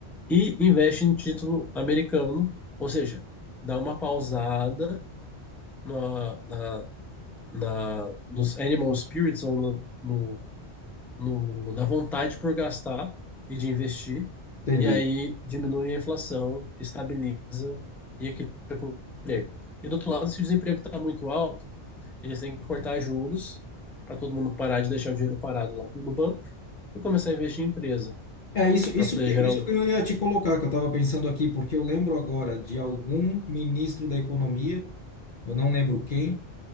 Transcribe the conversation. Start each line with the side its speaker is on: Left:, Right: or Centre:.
Centre: e investem em título americano, ou seja, dá uma pausada na, na, na, nos animal spirits ou no, no no, na vontade por gastar e de investir,
Left: Entendi.
Centre: e aí diminui a inflação, estabiliza e equilibra com o emprego. E do outro lado, se o desemprego está muito alto, eles têm que cortar juros para todo mundo parar de deixar o dinheiro parado lá no banco e começar a investir em empresa
Left: É isso,
Centre: para
Left: isso
Centre: poder
Left: que,
Centre: gerar
Left: isso
Centre: lucro.
Left: que eu ia te colocar, que eu estava pensando aqui, porque eu lembro agora de algum ministro da economia, eu não lembro quem,